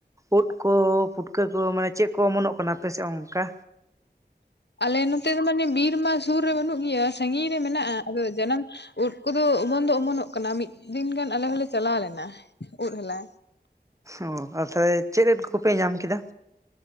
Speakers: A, on the right; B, on the left.
A: ᱩᱫ ᱠᱚ ᱯᱩᱴᱠᱟᱹ ᱠᱚ ᱢᱟᱱᱮ ᱪᱮᱫ ᱠᱚ ᱚᱢᱚᱱᱚᱜ ᱠᱟᱱᱟ ᱟᱯᱮᱥᱮ ᱚᱸᱠᱟ?
B: ᱟᱞᱮ ᱱᱚᱛᱮ ᱫᱚ ᱢᱟᱱᱮ ᱵᱤᱨ ᱢᱟ ᱥᱩᱨ ᱨᱮ ᱵᱟᱹᱱᱩᱜ ᱜᱮᱭᱟ ᱥᱟᱺᱜᱤᱧ ᱨᱮ ᱢᱮᱱᱟᱜᱼᱟ ᱟᱫᱚ ᱡᱟᱱᱟᱢ ᱩᱫ ᱠᱚᱫᱚ ᱚᱢᱚᱱ ᱫᱚ ᱚᱢᱚᱱᱚᱜ ᱠᱟᱱᱟ ᱢᱤᱫ ᱫᱤᱱ ᱜᱟᱱ ᱟᱞᱮ ᱦᱚᱞᱮ ᱪᱟᱞᱟᱣ ᱞᱮᱱᱟ ᱩᱫ ᱦᱟᱞᱟᱝ᱾
A: ᱚ ᱟᱹᱛᱷᱟᱹᱭ ᱪᱮᱫ ᱩᱫ ᱠᱚᱯᱮ ᱧᱟᱢ ᱠᱮᱫᱟ,